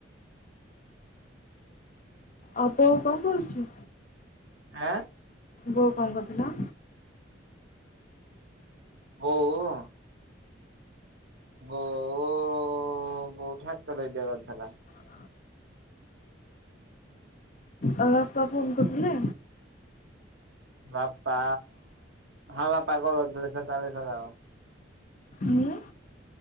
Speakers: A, on the left (about 40°); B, on the right (about 70°).
A: ଆପ ଆଉ କଣ କରୁଛି?
B: ଆଁ
A: ବୋଉ କଣ କରୁଥିଲା।
B: ବୋଉ ଉଁ ବୋଉ ବୋଉ ଠାକର ଯବାର ଥିଲା।
A: <inaudible> ଆ ବାପା ଫୋନ କରିଥିଲେ
B: ବାପା ହଁ ବାପା କଲ୍ କରିଥିଲେ ସକାଳେ ସକାଳ।
A: ଉଁ